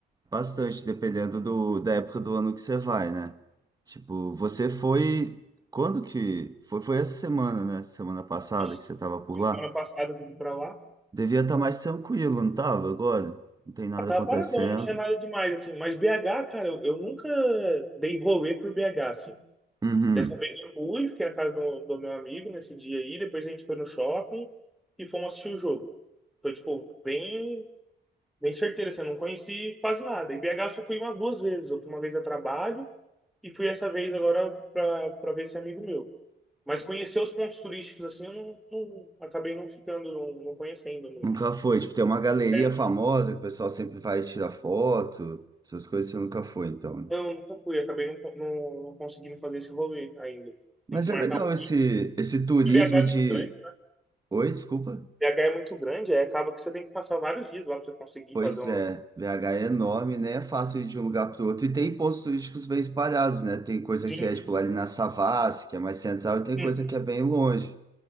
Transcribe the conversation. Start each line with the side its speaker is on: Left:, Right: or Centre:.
Right: bastante, dependendo do, da época do ano que você vai, né? Tipo, você foi. Quando que. Foi, foi essa semana, né? Semana passada
Centre: isso,
Right: que você tava por
Centre: foi
Right: lá.
Centre: semana passada eu fui para lá,
Right: Devia estar mais tranquilo, não tava? Agora? Não tem nada
Centre: tava
Right: acontecendo.
Centre: paradão, não tinha nada demais, assim, mas BH, cara, eu, eu nunca dei rolê por BH, assim,
Right: Uhum.
Centre: Dessa vez eu fui, fiquei na casa do, do meu amigo nesse dia aí, depois a gente foi no shopping e fomos assistir o jogo. Foi, tipo, bem, bem certeiro, assim, eu não conheci quase nada. E BH eu só fui umas duas vezes, eu fui uma vez a trabalho e fui essa vez agora pra, pra ver esse amigo meu. Mas conhecer os pontos turísticos, assim, eu não, não- acabei não ficando, não, não conhecendo muito.
Right: Nunca foi. Tipo, tem uma galeria
Centre: É,
Right: famosa que o pessoal sempre vai tirar foto, essas coisas você nunca foi, então.
Centre: não, nunca fui, acabei não, não, não conseguindo fazer esse rolê ainda.
Right: Mas
Centre: Tem que
Right: é
Centre: marcar
Right: legal
Centre: um
Right: esse,
Centre: dia.
Right: esse turismo
Centre: E BH é
Right: de.
Centre: muito grande.
Right: Oi, desculpa.
Centre: BH é muito grande, aí acaba que você tem que passar vários dias lá pra você conseguir
Right: Pois
Centre: fazer um.
Right: é, BH é enorme, né? É fácil ir de um lugar para outro. E tem pontos turísticos bem espalhados, né? Tem coisa
Centre: Sim,
Right: que é, tipo, lá ali na Savassi, que é mais central, e tem
Centre: sim,
Right: coisa que é bem longe.